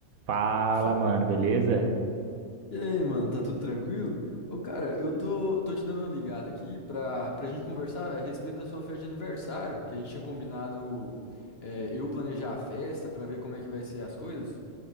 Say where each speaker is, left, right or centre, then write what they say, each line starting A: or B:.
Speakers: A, on the right; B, on the left.
A: Fala,
B: Fa-
A: mano, beleza?
B: E aí, mano, tá tudo tranquilo? Ô, cara, eu tô, tô te dando uma ligada aqui pra, pra gente conversar a respeito da sua festa de aniversário, que a gente tinha combinado, é, eu planejar a festa pra ver como é que vai ser as coisas.